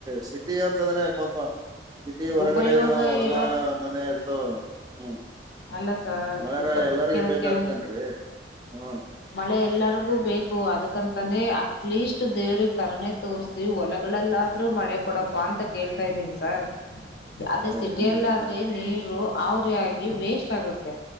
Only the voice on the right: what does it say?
ಸಿಟಿ ಅಂತಂದ್ರೆ ಪಾಪ ಸಿಟಿ ಹೊರಗಡೆ
ನಾವು ಹೊಲಾ
ಮನೆ ಇರ್ತವ ಹ್ಮ್
ಮಳೆರರಎಲ್ಲರಿಗೂ
ಬೇಕಾಗ್ತೇನ್ೀ
ಹ್ಮ
ಹೌದೇನ್ರಿ
ಮೇಡಮ್